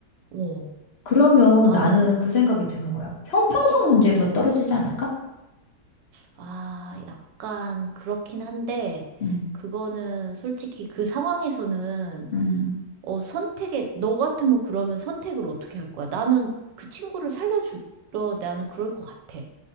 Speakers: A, on the right; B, on the left.
A: 오,
B: 그러면
A: 나는,
B: 나는 그 생각이 드는 거야. 형평성 문제에서 떨어지지 않을까?
A: 아, 약간 그렇긴 한데,
B: 음,
A: 그거는 솔직히 그 상황에서는
B: 음,
A: 어, 선택에, 너 같으면 그러면 선택을 어떻게 할 거야? 나는 그 친구를 살려주러 나는 그럴 것 같아.